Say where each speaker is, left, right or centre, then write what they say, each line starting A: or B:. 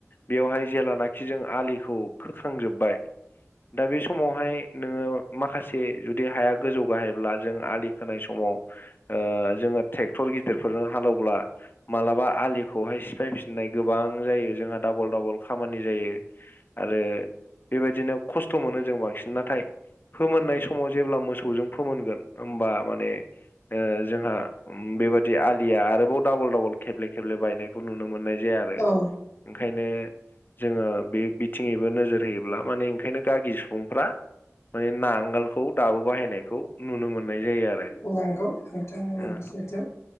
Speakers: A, on the left; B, on the left.
A: बेवहाय जेेलानाखि जों आलिखौ खोरखांजोब्बाय दा बे समावहाय नोंङो माखासे जुदि हाया गोजौ गाहायब्ला जों आलि खोनाय समाव ओ जोंङो ट्रेक्टर गिदिरफोरजों हालेवब्ला मालाबा आलिखौहाय सिफायफिननाय गोबां जायो जोंहा डाबल डाबल खामानि जायो। आरो बेबायदिनो खस्थ' मोनो जों बांसिन नाथाय फोमोननाय समाव जेब्ला मोसौ मौजों फोमोनगोन होमबा माने जोंहा बेबायादि आलिया आरोबाव डाबल डाबल खेब्ले खेब्ले बायनायखौ नुनो मोननाय जाया आरो।
B: औ
A: ओंखायनो जोंङो बे बिथिङैबो नोजोर होयोब्ला माने ओंखायनो गागि सुबुंफ्रा माने नांगोलखौ दाबो बाहायनायखौ नुनो मोननाय जायो आरो।
B: बुंनांगौ नोंथांनि
A: ओ
B: जिथो